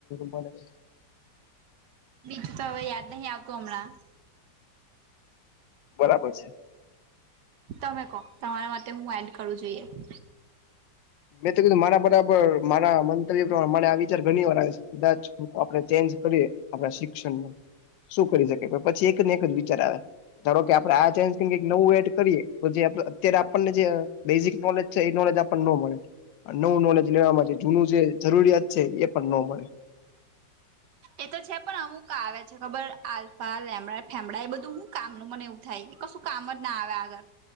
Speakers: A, on the left (about 80°); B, on the right (about 70°).
A: માટે.
B: બીજું તો હવે યાદ નહીં આવતું હમણાં.
A: બરાબર છે.
B: તમે કહ તમારા માટે હું એડ કરું જોઈએ?
A: મેં તો કીધું મારા બરાબર મારા મંતવ્ય પ્રમાણે મારે આ વિચાર ઘણી વાર આવે છે. કદાચ આપણે ચેન્જ કરીએ આપણા શિક્ષણનમાં. શું કરી શકે પછી એક ને એક જ વિચાર આવે. ધારો કે આપડે આ ચેન્જ કે નવું એડ કરીએ તો જે અત્યારે આપણને જે બેઝિક નોલેજ છે એ નોલેજ આપણ નો મળે. નવું નોલેજ લેવાવામાં જૂનું જે જરૂરિયાત છે એ પણ ન મળે.
B: એ તો છે પણ અમુક આવે છે ખબર આલ્ફા લે ફેમડા એ બધું હું કામનું મને એવું થાય કશું કામ જ ના આવે આગળ,